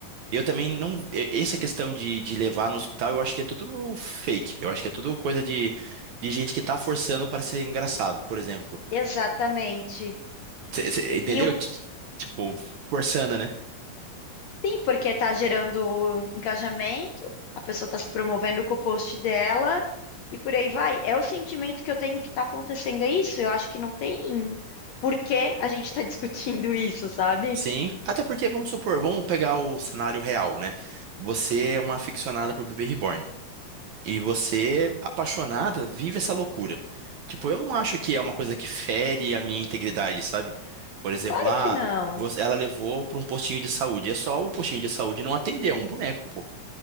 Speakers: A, on the right; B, on the left.
A: Eu também não. e- Essa questão de, de levar no hospital, eu acho que é tudo fake. Eu acho que é tudo coisa de, de gente que tá forçando para ser engraçado, por exemplo.
B: Exatamente.
A: Cê- cê entendeu?
B: E o,
A: T- Tipo, forçando, né?
B: sim, porque tá gerando engajamento, a pessoa tá se promovendo com o post dela e por aí vai. É o sentimento que eu tenho que tá acontecendo, é isso? Eu acho que não tem por que a gente tá <laughs> discutindo isso, sabe?
A: Sim. Até porque, vamos supor, vamos pegar o cenário real, né? Você é uma aficionada por bebê reborn. E você, apaixonada, vive essa loucura. Tipo, eu não acho que é uma coisa que fere a minha integridade, sabe? Por exemplo,
B: Claro
A: ah,
B: que não.
A: você- ela levou para um postinho de saúde. É só o postinho de saúde não atender, é um boneco, pô.